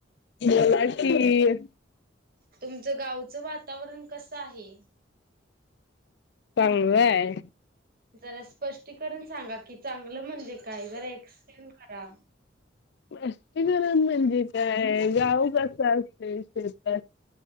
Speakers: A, on the left; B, on the right.
A: मला कि
B: तुमचं गाव चं वातावरण कस आहे.
A: चांगलं आहे.
B: जरा स्पष्टीकरण सांगा की चांगलं म्हणजे काय? जरा एक्सटलेंन करा.
A: स्पस्टीकरण म्हणजे काय गाव कस असते शेतात